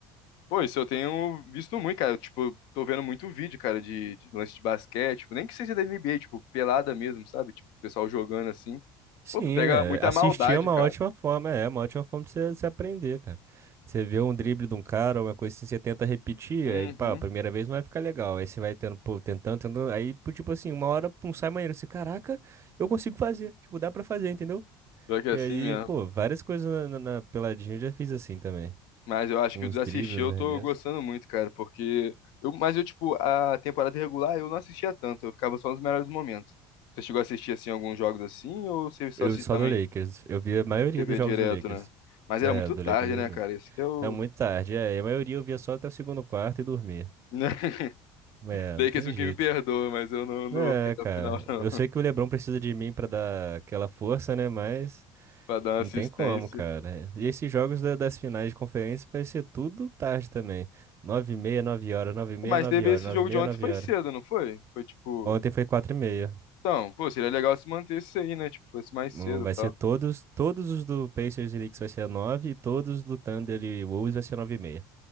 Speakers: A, on the left; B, on the right.
A: Pô, isso eu tenho visto muito, cara. Eu, tipo, tô vendo muito vídeo, cara, de, de lance de basquete, tipo, nem que seja da NBA, tipo, pelada mesmo, sabe? Tipo, o pessoal jogando assim.
B: Sim,
A: Pô, tu pega
B: né?
A: muita
B: Assistir
A: maldade,
B: é uma
A: cara.
B: ótima forma, é uma ótima forma de você, você aprender, cara. Você vê um drible de um cara, uma coisa assim, você tenta repetir,
A: Uhum.
B: aí, pá, a primeira vez não vai ficar legal. Aí você vai tendo, pô, tentando, tentando. Aí, pô, tipo assim, uma hora, pum, sai maneiro. Você, caraca, eu consigo fazer. Tipo, dá pra fazer, entendeu?
A: Pior que é
B: E
A: assim
B: aí,
A: mesmo.
B: pô, várias coisas na, na, na peladinha eu já fiz assim também.
A: Mas eu acho
B: Uns
A: que o de assistir
B: dribles,
A: eu
B: uns arremessos.
A: tô gostando muito, cara, porque eu, mas eu tipo, a temporada regular eu não assistia tanto, eu ficava só nos melhores momentos. Você chegou a assistir assim alguns jogos assim ou você só
B: Eu
A: se
B: só
A: também
B: do Lakers. Eu vi a maioria
A: TV
B: dos jogos
A: direto,
B: do Lakers.
A: né? Mas
B: É,
A: era muito
B: do
A: tarde,
B: Lakers eu
A: né,
B: vi muito.
A: cara? Esse que é o
B: É muito tarde, é. E a maioria eu via só até o segundo quarto e dormia.
A: <laughs>
B: É,
A: Lakers
B: não tem jeito.
A: que me perdoa, mas eu não, não
B: É,
A: vou ficar até
B: cara.
A: o final, não,
B: Eu sei que o LeBron precisa de mim pra dar aquela força, né? Mas
A: <laughs> pra dar uma
B: não
A: assistência.
B: tem como, cara. E esses jogos da- das finais de conferência vai ser tudo tarde também. Nove e meia, nove horas, nove e meia,
A: Mas
B: nove
A: teve
B: horas,
A: esse
B: nove
A: jogo
B: e meia,
A: de ontem,
B: nove
A: foi
B: horas.
A: cedo, não foi? Foi tipo.
B: Ontem foi quatro e meia.
A: Então, pô, seria legal se mantesse aí, né? Tipo, fosse mais
B: Hum,
A: cedo
B: Vai
A: e tal.
B: ser todos, todos os do Pacers e Knicks vai ser nove e todos do Thunder e Wolves vai ser nove e meia.